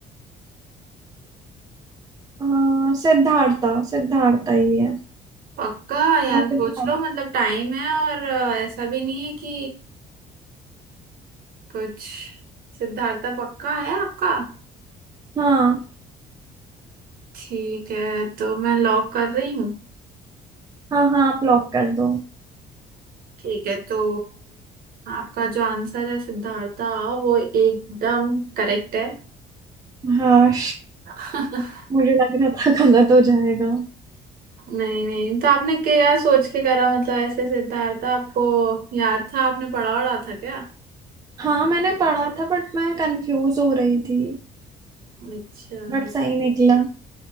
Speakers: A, on the right; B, on the right.
A: आ, सिद्धार्था सिद्धार्था ही है
B: पक्का यार
A: मैं सिद्धार्थ
B: सोच लो मतलब टाइम है और अ, ऐसा भी नहीं है कि कुछ सिद्धार्थ पक्का है आपका
A: हाँ
B: ठीक है तो मैं लॉक कर रही हूँ
A: हाँ हाँ आप लॉक कर दो
B: ठीक है तो आपका जो आंसर है सिद्धार्था वो एकदम करेक्ट है
A: हाँ
B: <laughs>
A: मुझे लग रहा था गलत हो जाएगा
B: नहीं नहीं तो आपने क्या सोच के करा मतलब ऐसे सिद्धार्थ आपको याद था आपने पढ़ा वढ़ा था क्या
A: हाँ मैंने पढ़ा था बट मैं कंफ्यूज हो रही थी
B: अच्छा
A: बट सही निकला